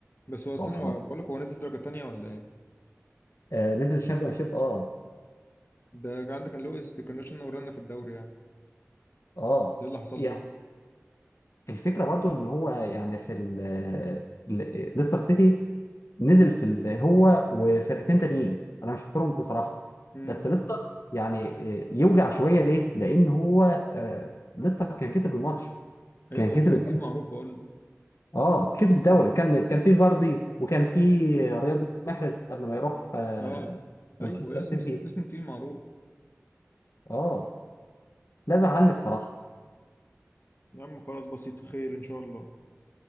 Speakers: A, on the left; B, on the left.
A: بس هو استنى
B: طب خلاص
A: بقول لك هو نزل درجة تانية ولا ايه؟
B: آه، نزل الشامبيونشيب اه
A: ده كان عندك كان لويس كان لويس ورانا في الدوري يعني
B: اه
A: ده اللي حصل
B: يعني
A: له
B: الفكره برضو ان هو يعني في ال- ال- ليستر سيتي نزل في ال... هو وفرقتين تانيين انا مش فاكرهم بصراحه
A: امم
B: بس ليستر يعني آه، يوجع شويه ليه؟ لان هو آه، ليستر كان كسب الماتش
A: ايوه
B: كان
A: هو
B: كسب
A: فريق
B: الدوري
A: تقيل معروف بقول لك
B: اه كسب الدوري
A: مم.
B: كان كان في فاردي وكان في رياض محرز قبل ما يروح آه،
A: اه
B: مانشستر
A: ايوه اسم
B: سيتي
A: اسم- اسمه تقيل معروف
B: اه لا زعلني بصراحه
A: يا عم خلاص بسيط خير ان شاء الله